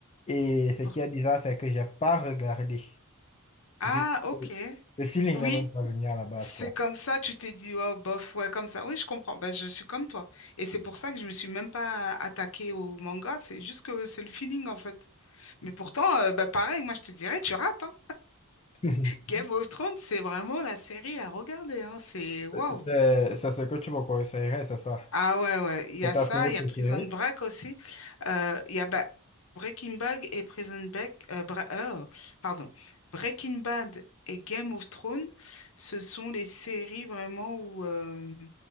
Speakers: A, on the left; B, on the left.
A: Et ce
B: Pour-
A: qui est bizarre, c'est que j'ai pas regardé.
B: Ah,
A: Juste,
B: ok.
A: euh, le feeling
B: Oui,
A: n'est même pas venu à la base,
B: c'est
A: quoi.
B: comme ça, tu t'es dit, oh, bof, ouais, comme ça. Oui, je comprends. Ben, je suis comme toi. Et c'est pour ça que je me suis même pas attaquée au manga. C'est juste que c'est le feeling, en fait. Mais pourtant, euh, ben, pareil, moi, je te dirais, tu rates, hein.
A: <laughs>
B: Game of Thrones, c'est vraiment la série à regarder, hein. C'est waouh.
A: C'est c'est ce que tu me conseillerais, c'est ça?
B: Ah ouais, ouais, il y
A: C'est
B: a
A: ta
B: ça,
A: série
B: il y
A: préférée?
B: a Prison Break aussi. Euh, il y a ba- Breaking Bad et Prison Break, euh, Bra- euh, pardon, Breaking Bad et Game of Thrones, ce sont les séries vraiment où euh,